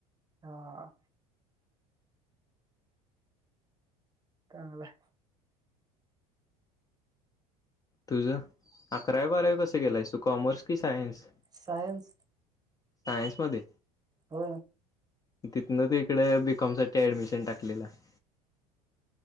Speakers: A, on the right; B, on the left.
A: हां चांगलय.
B: तुझं अकरावी बारावी कसं ग केलंयस तू कॉमर्स कि सायन्स?
A: सायन्स.
B: सायन्समध्ये
A: हो
B: तिथनं त इकडे बीकॉम साठी ऍडमिशन टाकलेलं.